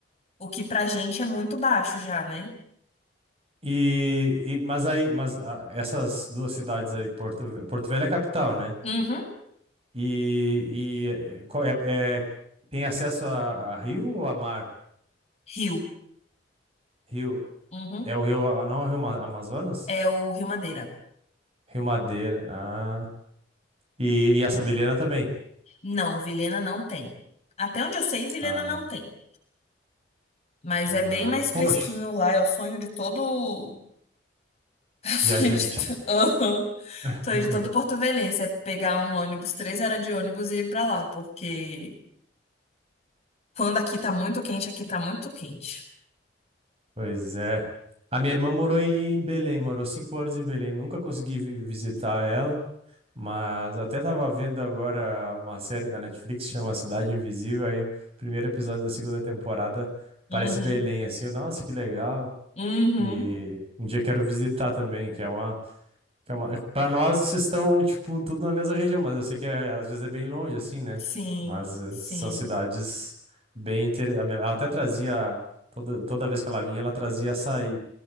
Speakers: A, on the left; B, on the right.
A: o que pra gente é muito baixo já, né?
B: E, e- mas aí, mas ah, essas duas cidades aí, Porto, Ve- Porto Velho é a capital, né?
A: Uhum.
B: E, e eh, qual é, é- tem acesso a, a rio ou a mar?
A: Rio.
B: Rio.
A: Uhum.
B: É o rio, ah, não é o rio Ma- Amazonas?
A: É o Rio Madeira.
B: Rio Madeira. Ah. E, e essa vilena também.
A: Não, Vilhena não tem. Até onde eu sei, Vilhena
B: Ah,
A: não tem. Mas
B: ah,
A: é bem mais fresquinho
B: poxa,
A: lá. É o sonho de todo. <laughs> É o sonho
B: viajante.
A: de, to- Aham.
B: <laughs>
A: Sonho de todo porto-velhense. É pegar um ônibus, três horas de ônibus e ir pra lá. Porque quando aqui tá muito quente, aqui tá muito quente.
B: Pois é. A minha irmã morou em Belém, morou cinco anos em Belém. Nunca consegui vi- visitar ela. Mas até tava vendo agora uma série da Netflix que chama Cidade Invisível, aí o primeiro episódio da segunda temporada parece
A: Uhum.
B: Belém, assim, eu, nossa, que legal.
A: Uhum.
B: E um dia quero visitar também, que é uma, que é uma... Para nós, vocês estão, tipo, tudo na mesma região, mas eu sei que é- às vezes é bem longe, assim, né?
A: Sim.
B: Mas eh,
A: Sim.
B: são cidades bem interessantes. Ela até trazia, toda, toda vez que ela vinha, ela trazia açaí.